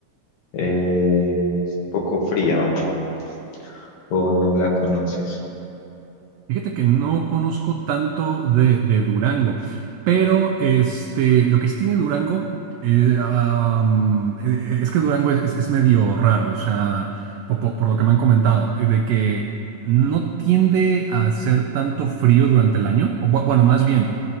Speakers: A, on the left; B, on the right.
A: eh, es un poco fría o, o no la conoces.
B: Fíjate que no conozco tanto de, de Durango, pero este, lo que sí tiene Durango eh, am, eh, es que Durango es, es- es medio raro, o sea, po- po- por, lo que me han comentado, eh, de que no tiende a hacer tanto frío durante el año, o bu- bueno, más bien,